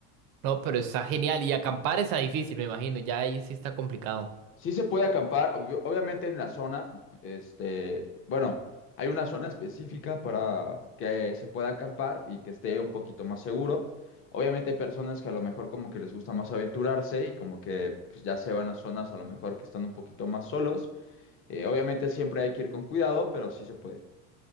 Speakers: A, on the right; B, on the left.
A: No, pero está genial. Y acampar está difícil, me imagino. Ya ahí sí está complicado.
B: Sí se puede acampar, ob- obviamente en la zona, este, bueno, hay una zona específica para que se pueda acampar y que esté un poquito más seguro. Obviamente hay personas que a lo mejor como que les gusta más aventurarse y como que pues, ya se van a zonas a lo mejor que están un poquito más solos. Eh, obviamente siempre hay que ir con cuidado, pero sí se puede.